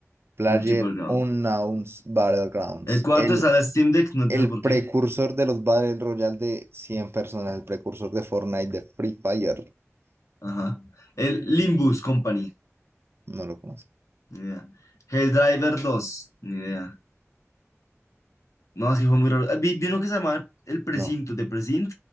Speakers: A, on the right; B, on the left.
A: Player
B: PUBG Battleground.
A: Unknown's Battlegrounds.
B: El cuarto
A: El,
B: está la Steam Deck, no entiendo
A: el
B: por
A: precursor
B: qué.
A: de los Battle Royale de 100 personas. El precursor de Fortnite, de Free Fire.
B: Ajá. El Limbus Company.
A: No lo conozco.
B: Ni idea. Helldriver Dos. Ni idea. No, es fue muy raro. Ah, Vi, vi uno que se llamaba El Precinto
A: No.
B: de Precint.